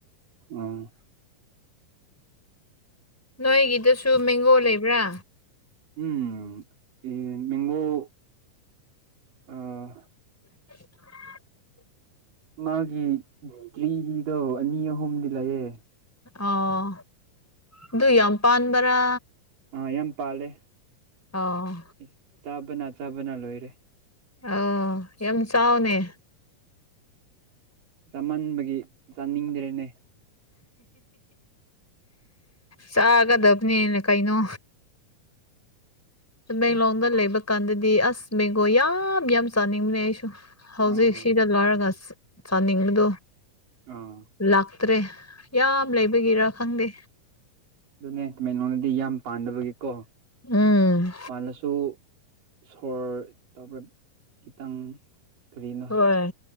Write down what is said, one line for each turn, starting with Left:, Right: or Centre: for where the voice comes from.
Right: ꯑꯝ
Centre: ꯅꯣꯏꯒꯗ ꯁꯨ ꯃꯦꯡꯒꯣ ꯂꯩꯕ꯭ꯔꯥ
Right: ꯎꯝ ꯃꯒꯣ ꯑ
Centre: <inaudible>
Right: ꯃꯥꯒꯤ ꯇ꯭ꯔꯤꯗꯣ ꯑꯅꯤ ꯑꯍꯨꯝꯗꯤ ꯂꯩꯑꯦ
Centre: ꯑꯣ ꯑꯗꯨ ꯌꯥꯝ ꯄꯥꯟꯕ꯭ꯔꯥ
Right: ꯑꯥ ꯌꯥꯝ ꯄꯥꯜꯂꯦ
Centre: ꯑꯣ
Right: ꯑꯩꯁ ꯆꯥꯕꯅ ꯆꯥꯕꯅ ꯂꯣꯏꯔꯦ
Centre: ꯑ ꯌꯥꯝ ꯆꯥꯎꯅꯦ
Right: ꯆꯃꯟꯕꯒꯤ ꯆꯥꯅꯤꯡꯗ꯭ꯔꯦꯅꯦ
Centre: <inaudible> ꯆꯥꯒꯗꯕꯅꯦꯅ ꯀꯩꯅꯣ ꯇꯥꯃꯦꯟꯂꯣꯡꯗ ꯂꯩꯕ ꯀꯥꯟꯗꯗꯤ ꯑꯁ ꯕꯦꯡꯒꯣꯜ ꯌꯥꯝ ꯌꯥꯝ ꯆꯥꯅꯤꯡꯕꯅꯦ ꯑꯩꯁꯨ ꯍꯧꯖꯤꯛ
Right: ꯑꯥ
Centre: ꯁꯤꯗ ꯂꯣꯏꯔꯒ ꯆꯥꯅꯤꯡꯕꯗꯣ
Right: ꯑꯥ
Centre: ꯂꯥꯛ ꯐꯠꯇ꯭ꯔꯦ ꯌꯥꯝ ꯂꯩꯕꯒꯤꯔ ꯈꯪꯗꯦ
Right: ꯑꯗꯨꯅꯦꯃꯦꯉꯣꯟꯗꯗꯤ ꯌꯥꯝ ꯄꯥꯟꯗꯕꯒꯤꯀꯣ
Centre: ꯎꯝ
Right: ꯄꯥꯜꯂꯁꯨ ꯁꯣꯔ ꯇꯥꯄꯔꯦ ꯈꯤꯇꯥꯡ ꯀꯔꯤꯅꯣ
Centre: ꯍꯣꯏ